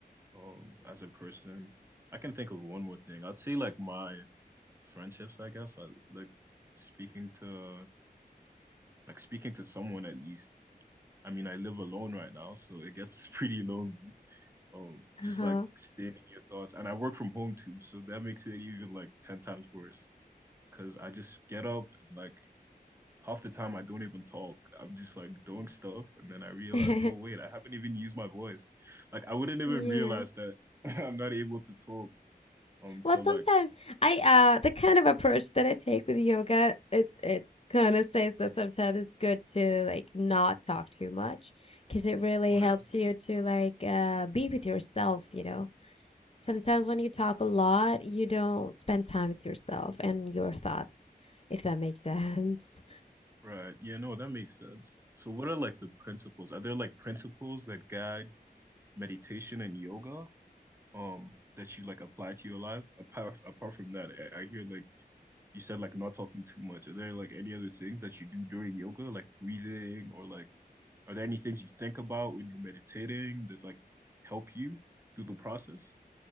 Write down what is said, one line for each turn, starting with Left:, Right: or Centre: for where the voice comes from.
Right: um as a person? I can think of one more thing. I'd say like my friendships, I guess. I like speaking to like speaking to someone at least. I mean, I live alone right now, so it gets <laughs> pretty lonely. um just
Left: Uh-huh.
Right: like stating your thoughts and I work from home too so that makes it even like 10 times worse because I just get up and like half the time I don't even talk I'm just like doing stuff and then I realize
Left: <laughs>
Right: oh wait I haven't even used my voice like I wouldn't even
Left: Yeah.
Right: realize that <laughs> I'm not able to talk um
Left: Well,
Right: till
Left: sometimes
Right: like
Left: I uh the kind of approach that I take with yoga, it it kind of says that sometimes it's good to like not talk too much because it really
Right: oh
Left: helps
Right: yeah
Left: you to like uh be with yourself, you know. Sometimes when you talk a lot, you don't spend time with yourself and your thoughts, if that makes <laughs> sense.
Right: right yeah no that makes sense so what are like the principles are there like principles that guide meditation and yoga um that you like apply to your life apart apart from that I, I hear like you said like not talking too much. Are there like any other things that you do during yoga, like breathing or like are there any things you think about when you're meditating that like help you through the process?